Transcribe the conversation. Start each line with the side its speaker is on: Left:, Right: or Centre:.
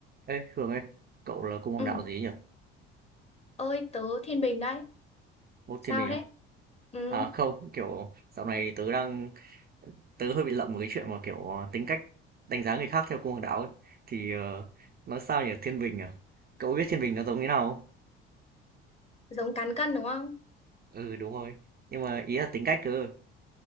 Right: Ê, Hường ơi, cậu là cung hoàng
Left: Ừ.
Right: đạo gì nhỉ?
Left: Ơi tớ Thiên Bình đấy.
Right: Ô,
Left: Sao
Right: thiên bình
Left: thế?
Right: á?
Left: Ừ.
Right: À không, kiểu dạo này tớ đang tớ hơi bị lậm một cái chuyện mà kiểu ờ, tính cách đánh giá người khác theo cung hoàng đạo ấy. Thì ờ, nói sao nhỉ, thiên bình à? Cậu biết thiên bình nó giống như nào không?
Left: Giống cán cân đúng không?
Right: Ừ đúng rồi. Nhưng mà ý là tính cách cơ.